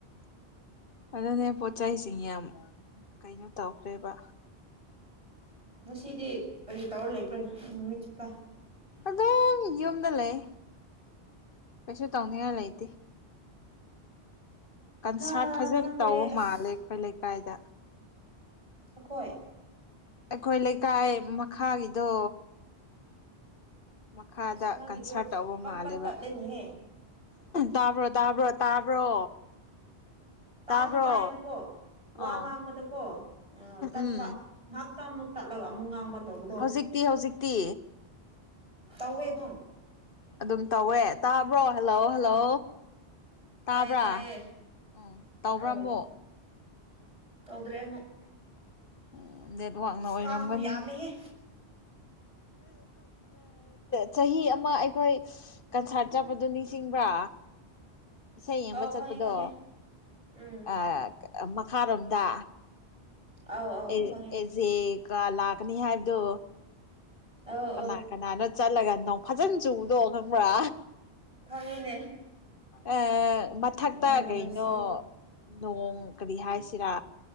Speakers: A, on the left; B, on the right.
A: ꯑꯗꯨꯅꯦ ꯄꯣꯠ ꯆꯩꯁꯤꯡ ꯌꯥꯝ ꯀꯩꯅꯣ ꯇꯧꯈ꯭ꯔꯦꯕ
B: ꯉꯁꯤꯗꯤ ꯀꯩ ꯇꯧꯔ ꯂꯩꯕ꯭ꯔꯅ ꯑꯩ ꯅꯨꯃꯤꯠ ꯆꯨꯞꯄ
A: ꯑꯗꯨꯝ ꯌꯨꯝꯗ ꯂꯩ ꯀꯩꯁꯨ ꯇꯧꯅꯤꯡꯉꯥꯏ ꯂꯩꯇꯦ ꯀꯟꯁꯥꯔꯠ
B: ꯍꯥ
A: ꯐꯖꯅ
B: ꯈꯪꯗ꯭ꯔꯦ
A: ꯇꯧꯕ
B: ꯑꯁ
A: ꯃꯥꯜꯂꯦ ꯑꯩꯈꯣꯏ ꯂꯩꯀꯥꯏꯗ
B: ꯑꯩꯈꯣꯏ
A: ꯑꯩꯈꯣꯏ ꯂꯩꯀꯥꯏ ꯃꯈꯥꯒꯤꯗꯣ ꯃꯈꯥꯗ
B: ꯑꯁ ꯅꯪꯒꯤꯗꯣ
A: ꯀꯟꯁꯥꯔꯠ ꯇꯧꯕ
B: ꯄꯠ
A: ꯃꯥꯜꯂꯦꯕ
B: ꯄꯠ ꯇꯠꯂꯅꯤꯍꯦ
A: ꯇꯥꯕ꯭ꯔꯣ ꯇꯥꯕ꯭ꯔꯣ ꯇꯥꯕ꯭ꯔꯣ
B: ꯇꯥꯗꯤ
A: ꯇꯥꯕ꯭ꯔꯣ
B: ꯇꯥꯏꯌꯦꯕꯀꯣ ꯋꯥ
A: ꯑꯥ
B: ꯉꯥꯡꯕꯗꯀꯣ ꯇꯠꯄ
A: ꯎꯝ
B: ꯉꯥꯏꯍꯥꯛ ꯑꯃꯨꯛ ꯇꯠꯂꯒ ꯑꯃꯨꯛ ꯉꯥꯡꯕ ꯇꯧꯕꯗꯣ
A: ꯍꯧꯖꯤꯛꯇꯤ ꯍꯧꯖꯤꯛꯇꯤ
B: ꯇꯧꯋꯦ ꯑꯗꯨꯝ
A: ꯑꯗꯨꯝ ꯇꯧꯋꯦ ꯇꯥꯕ꯭ꯔꯣ ꯍꯜꯂꯣ ꯍꯜꯂꯣ
B: ꯎꯝ
A: ꯇꯥꯕ꯭ꯔꯥ
B: ꯇꯥꯏꯌꯦ ꯇꯥꯏꯌꯦ
A: ꯎꯝ ꯇꯕ꯭ꯔꯥ
B: ꯑꯧ
A: ꯑꯃꯕꯨꯛ
B: ꯇꯧꯗ꯭ꯔꯦ ꯑꯃꯨꯛ
A: ꯎꯝ ꯅꯦꯠꯋꯥꯛꯅ
B: ꯑ
A: ꯑꯣꯏꯔꯝꯒꯅꯤ
B: ꯀꯥꯡꯁꯨ ꯌꯥꯝꯃꯦꯍꯦ
A: ꯆꯍꯤ ꯑꯃ ꯑꯩꯈꯣꯏ ꯀꯟꯁꯥꯔꯠ ꯆꯠꯄꯗꯨꯣ ꯅꯤꯡꯁꯤꯡꯕ꯭ꯔꯥ ꯏꯁꯩ ꯌꯦꯡꯕ
B: ꯑꯧ
A: ꯆꯠꯄꯗꯣ
B: ꯈꯪꯉꯦ ꯈꯪꯉꯦ ꯎꯝ
A: ꯑ ꯃꯈꯥꯔꯣꯝꯗ
B: ꯑꯧ ꯑꯧ
A: ꯑꯦ
B: ꯈꯪꯉꯦ
A: ꯑꯦꯁꯦ ꯀ ꯂꯥꯛꯀꯅꯤ ꯍꯥꯏꯕꯗꯣ
B: ꯑꯧ
A: ꯀꯅꯥ
B: ꯑꯧ
A: ꯀꯅꯥꯅꯣ ꯆꯠꯂꯒ ꯅꯪ ꯐꯖꯅ ꯆꯨꯕꯗꯣ ꯈꯪꯕ꯭ꯔꯥ
B: ꯈꯪꯉꯦꯅꯦ
A: ꯑ ꯃꯊꯛꯇ
B: ꯅꯨꯡꯕꯨ
A: ꯀꯩꯅꯣ
B: ꯅꯨꯡꯁꯤ
A: ꯅꯣꯡ ꯀꯔꯤ ꯍꯥꯏꯁꯤꯔꯥ